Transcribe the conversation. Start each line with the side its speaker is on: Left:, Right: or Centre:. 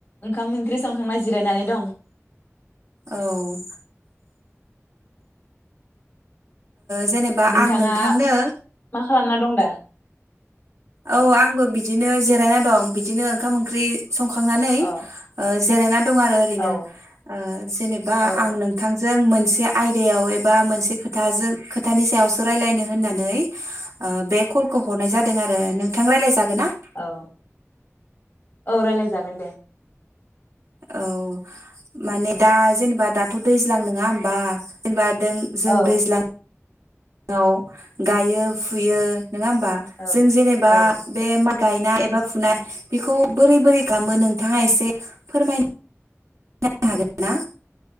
Left: ओंखाम ओंख्रि संखांना जिरायनानै दं।
Right: औ। जेनेबा
Left: नोंथाङा
Right: आं नोंथांनो
Left: मा खालामना दं दा?
Right: औ आंबो बिदिनो जिरायना दं बिदिनो ओंखाम ओंख्रि संखांनानै
Left: औ
Right: ओ जिरायना दं आरो एरैनो।
Left: औ
Right: औ जेनबा
Left: औ
Right: आं नोंथांजों मोन बे आयदायाव एबा मोनसे खोंथाजों खोथानि सायावसो रायलायनो होन्नानै औ बे कल खौ हरनाय जादों आरो औ नोंथां रायलाय जा गोन ना?
Left: औ औ रायलाय जागोन दे।
Right: औ माने दा जेनेबा दाथ दैज्लां नोङा होमबा जेनेबा <inaudible> जों
Left: औ
Right: दैज्लां <inaudible> गायो फुयो नङा होमबा
Left: औ
Right: जों जेनेबा
Left: औ
Right: बे मा गायनाय एबा फुनाय बेखौ बोरै बोरै खालामो नोंथाङा एसे फोरमाय <unintelligible> हागोन्ना?